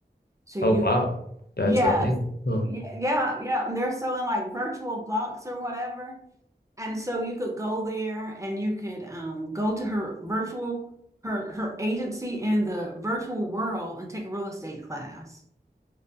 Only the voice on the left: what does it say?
Oh wow.
That's
a thing. Huh.